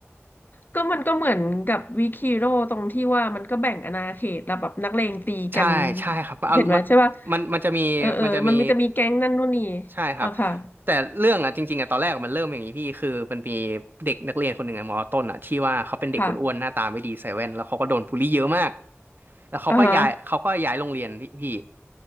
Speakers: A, on the left; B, on the right.
A: ก็มันก็เหมือนกับวิคิโร่ตรงที่ว่ามันก็แบ่งอาณาเขตแล้วแบบนักเลงตีกัน
B: ใช่ใช่ครับเอามัน
A: เห็นไหมใช่ป่ะ
B: มันมันจะมีมันจะมี
A: เออเออมันมีจะมีแก๊งนั่นนู่นนี่
B: ใช่ครับ
A: อ่ะค่ะ
B: แต่เรื่องอ่ะจริงๆอ่ะตอนแรกอะมันเริ่มอย่างนี้พี่คือมันมีเด็กนักเรียนคนหนึ่งอ่ะมอต้นอ่ะที่ว่าเขาเป็นเด็กอ้วนๆหน้าตาไม่ดีเซเว่นแล้วเขาก็โดนบูลลี่เยอะมาก
A: ค่ะ
B: แล้วเขาก็ย้ายเขาก็ย้ายโรงเรียนพี่
A: อ่าฮะ